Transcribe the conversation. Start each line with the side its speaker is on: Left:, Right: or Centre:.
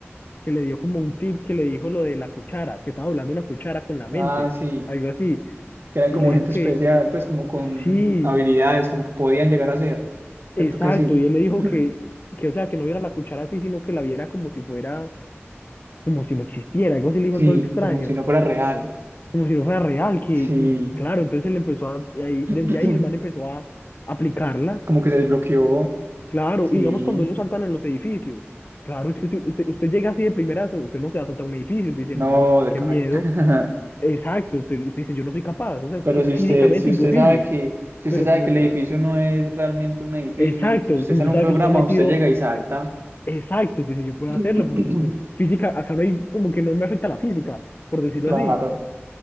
Left: que le dio como un tip, que le dijo lo de la cuchara, que estaba hablando una cuchara con la mente,
Right: Ah, sí.
Left: algo así.
Right: que eran
Left: Y
Right: como
Left: le dijo
Right: gente
Left: que
Right: especial, pues como con
Left: sí,
Right: habilidades, como que podían llegar a ser,
Left: Exacto,
Right: ¿cierto que sí?
Left: y él le dijo
Right: <clears throat>
Left: que, que, o sea, que no viera la cuchara así, sino que la viera como si fuera, como si no existiera, algo así le dijo
Right: Sí,
Left: todo extraño,
Right: como si no fuera real,
Left: como si no fuera real, que,
Right: sí,
Left: y, y claro, entonces él empezó a, y ahí,
Right: <clears throat>
Left: desde ahí el man empezó a aplicarla,
Right: como que se desbloqueó,
Left: claro,
Right: sí,
Left: y digamos cuando ellos saltan en los edificios, claro, es que si usted, usted llega así de primera, usted no se va a saltar un edificio, usted dice,
Right: no,
Left: no,
Right: de
Left: qué
Right: caray.
Left: miedo,
Right: <laughs>
Left: exacto, usted, usted dice, yo no soy capaz, o sea, es
Right: Pero
Left: que es
Right: si
Left: físicamente
Right: usted, si
Left: imposible,
Right: usted sabe que, si usted
Left: pero
Right: sabe
Left: como
Right: que
Left: está,
Right: el edificio no es realmente un edificio
Left: exacto,
Right: y que usted
Left: como
Right: está
Left: usted
Right: en un
Left: sabe
Right: programa,
Left: que usted está metido
Right: usted llega y salta.
Left: Exacto, sí, sí, yo puedo
Right: <clears throat>
Left: hacerlo porque pues, física, acá no hay, como que no me afecta la física, por decirlo
Right: Claro.
Left: así.